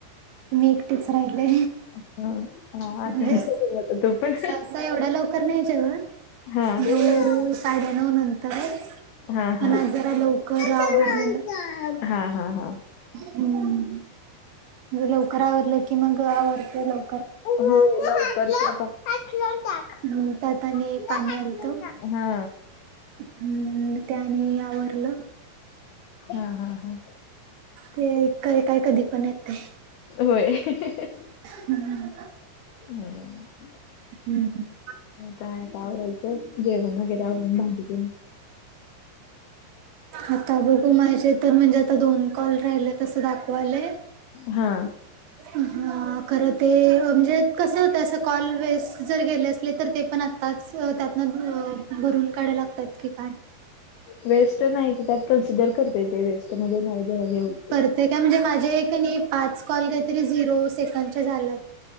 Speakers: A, on the right; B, on the left.
A: मी एकटिच राहिले.
B: हा हा आता
A: हेच,
B: जेव आता तू पण
A: सहसा एवढ्या लवकर नाही जेवत.
B: हा हा
A: नऊ - साडे नऊ नंतरच-
B: हा -हा
A: पण आज जरा लवकर
B: हा
A: आवरलेलं
B: - हा -हा
A: हम्म लवकर आवरलं की मग आवरतय लव
B: लवकर स्वयंपाक <unintelligible>
A: हम् त्यात आणि
B: न
A: पाणी
B: हाटलून
A: आलत.
B: टाक हा
A: हम् ते आणि आवरलं-
B: हा हा हा....
A: ते कय काय कधी पण येतयं-
B: व्हय <unintelligible>
A: हम्म
B: हम्म.
A: हम् म --
B: काय आताआवरायचं जेवण वैगरे आवरून भांडी तेन
A: आता बघु माझे तर म्हणजे आता दोन कॉल राहिले तस दाखवालंय-
B: हा.
A: हा खरं ते म्हणजे कस होतंय असं कॉल वइस जर गेले असले तर ते पण आताच त्यातन अ भरून काढायला लागतात की काय?
B: वेस्ट नाही त्यात कन्सिडर करतय ते वेस्ट मध्ये नाही हे घे होत ते.
A: ते काय म्हणजे माझे कणी पाच कॉल काहीतरी झिरो सेकंदचे झाल्यात.